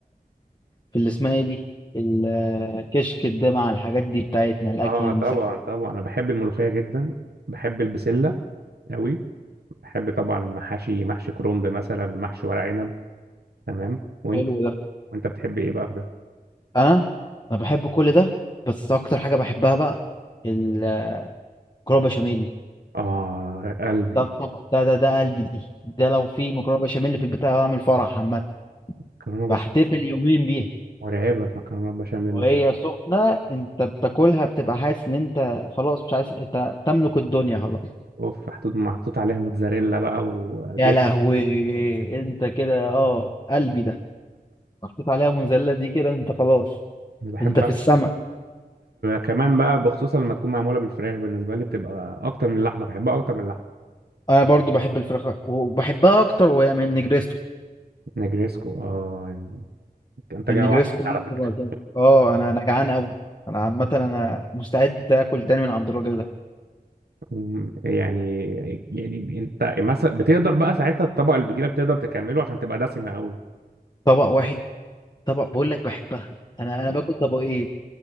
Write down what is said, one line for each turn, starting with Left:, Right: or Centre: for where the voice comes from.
Left: في اللي اسمها ايه دي الكشك الدمع الحاجات دي بتاعتنا الاكل
Right: اه
Left: المسلي
Right: طبعا طبعا انا بحب الملوخيه جدا بحب البسله قوي بحب طبعا محاشي محشي كرنب مثلا محشي ورق عنب تمام وانت
Left: حلو ده
Right: وانت بتحب ايه بقى في ده
Left: انا انا بحب كل ده بس اكتر حاجه بحبها بقى المكرونه بشاميل
Right: اه قلبي
Left: ده الطبق ده ده ده قلبي دي ده لو في مكرونه بشاميل في البيت أنا بعمل فرح عامه
Right: مكرونه بشاميل
Left: بحتفل يومين بيها
Right: مرعبه المكرونه البشاميل
Left: وهي
Right: اللي فات
Left: سخنة انت بتاكلها بتبقى حاسس ان انت خلاص مش عايز انت تملك الدنيا خلاص
Right: اوف محطوط محطوط عليها موتزاريلا بقى وجبنه
Left: يا لهوي انت كده اه قلبي ده محطوط عليها منزلة دي كده انت خلاص
Right: أنا بحب
Left: انت في السماء
Right: كمان بقى بخصوصا لما تكون معموله بالفراخ بالنسبه لي بتبقى اكتر من اللحمه بحبها اكتر من اللحمه
Left: انا برضو بحب الفراخ وبحبها اكتر وهي من النجريسكو
Right: نجريسكو اه انت
Left: النجريسكو
Right: جوعتني على
Left: دي
Right: فكره
Left: بتبقى جامد اه انا انا جعان قوي انا عامة انا مستعد اكل تاني من عند الراجل ده
Right: مم، يعني يعني انت مثلا بتقدر بقى ساعتها الطبقه اللي بتجيلك بتقدر تكمله عشان تبقى دسمه قوي
Left: طبق واحد طبق بقول لك بحبها انا انا باكل طبقين